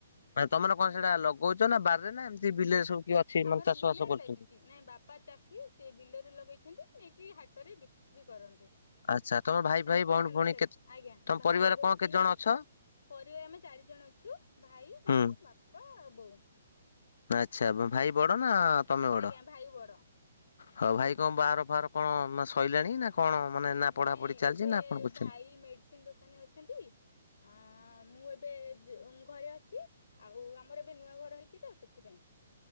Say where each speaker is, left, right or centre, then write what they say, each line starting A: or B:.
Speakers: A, on the left; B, on the left.
A: ମ ତମର କଣ ସେଇଟା ଲଗଉଛ ନା ବାରିରେ ନା ଏମିତି ବିଲରେ ସବୁ କିଏ ଅଛି
B: ଆମର
A: ମାନେ ଚାଷବାସ
B: ବିଲରେ
A: କରୁଛନ୍ତି।
B: ଲାଗିଛି ନାଇଁ ବାପ ବାପା ଚାଷୀ ସେ ବିଲରେ ଲଗେଇଛନ୍ତି ନେଇକି ହାଟରେ ବିକ୍ରି କରନ୍ତି।
A: ଆଚ୍ଛା ତମର ଭାଇ
B: ତାହି
A: ଭାଇ
B: ତ
A: ଭଉଣୀ
B: ଧାନ
A: ଭଉଣୀ
B: ବି ଲାଗିଛି
A: କେତେ
B: ଆଜ୍ଞା
A: ତମ
B: ଭାଇ
A: ପରିବାର
B: ଗୋଟିଏ।
A: କଣ କେତେ ଜଣ ଅଛ?
B: ପରିବାର ଆମେ ଚାରି ଜଣ ଅଛୁ ଭାଇ
A: ହୁଁ।
B: ମୁଁ ବାପାଆଉ ବୋଉ।
A: ଆଚ୍ଛା ଭାଇ ବଡ ନା ତମେ ବଡ?
B: ଆଜ୍ଞା ଭାଇ ବଡ
A: ହଁ ଭାଇ କଣ ବାର ଫାର କଣ ସଇଲାଣି ନା? କଣ ମାନେ ନା ପଢାପଢି
B: ନାଇଁ ନାଇଁ
A: ଚାଲିଛି
B: ଏବେ
A: ନା କଣ କରୁଛନ୍ତି?
B: ଭାଇ ମେଡିସିନ ଦୋକାନରେ ଅଛନ୍ତି। ଅ ମୁଁ ଏବେ ଘରେ ଅଛି। ଆଉ ଆମର ଏବେ ନୂଆ ଘର ହେଇଛି ତ ସେଥିପାଇଁ।